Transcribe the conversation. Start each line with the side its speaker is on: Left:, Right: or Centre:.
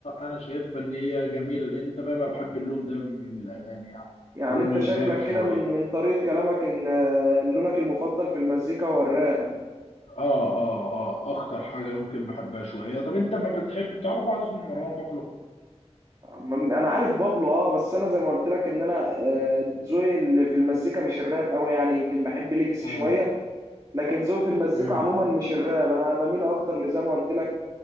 Left: انا شايفها ان هي جميله لان انت فاهم انا بحب اللون ده من الاغاني يعني
Right: يعني
Left: لون
Right: انت
Left: الراب
Right: شكلك
Left: شويه
Right: كده من من طريقه كلامك ان آه، لونك المفضل في المزيكا هو الراب
Left: اه اه اه اكتر حاجه ممكن بحبها شويه طب انت ما بتحب تعرف واحد اسمه مروان بابلو
Right: م- انا عارف بابلو اه بس انا زي ما قلت لك ان انا آه، ذوقي اللي في المزيكا مش الراب قوي يعني يمكن بحب ليجاسي
Left: اه
Right: شويه لكن ذوقي في المزيكا
Left: امم
Right: عموما مش الراب انا بميل اكتر لزي ما قلت لك